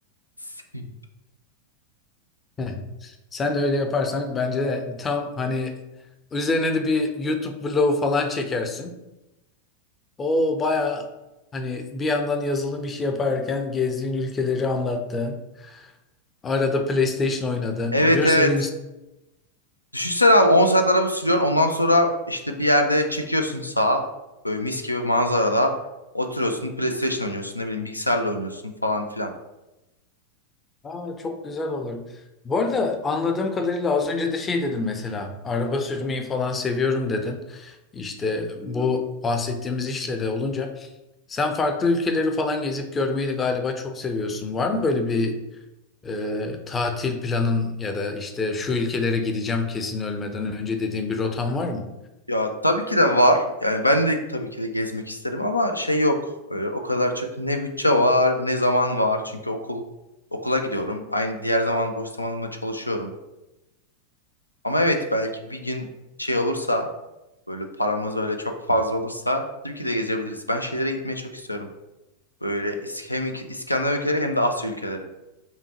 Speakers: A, on the left (about 85°); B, on the left (about 20°).
A: Sin-
B: <laughs> Sen de öyle yaparsan bence de tam hani üzerine de bir YouTube vlog falan çekersin. O baya hani bir yandan yazılım işi yaparken gezdiğin ülkeleri anlattın. Arada PlayStation oynadın.
A: Evet
B: Bir
A: evet.
B: sürü
A: Düşünsene abi 10 saat araba sürüyorsun. Ondan sonra işte bir yerde çekiyorsun sağa. Böyle mis gibi manzarada. Oturuyorsun PlayStation oynuyorsun ne bileyim bilgisayarla oynuyorsun falan filan.
B: Aa, çok güzel olur. Bu arada anladığım kadarıyla az önce de şey dedin mesela araba sürmeyi falan seviyorum dedin. İşte bu bahsettiğimiz işle de olunca sen farklı ülkeleri falan gezip görmeyi de galiba çok seviyorsun. Var mı böyle bir e, tatil planın ya da işte şu ülkelere gideceğim kesin ölmeden önce dediğin bir rotan var mı?
A: Ya tabii ki de var. Yani ben de tabii ki de gezmek isterim ama şey yok. Öyle o kadar çok ne bütçe var, ne zaman var. Çünkü okul okula gidiyorum. Aynı diğer zaman boş zamanımda çalışıyorum. Ama evet belki bir gün şey olursa, böyle paramız böyle çok fazla olursa tabii ki de gezebiliriz. Ben şeylere gitmeyi çok istiyorum. Böyle İsk- hem İk- İskandinav ülkeleri hem de Asya ülkeleri.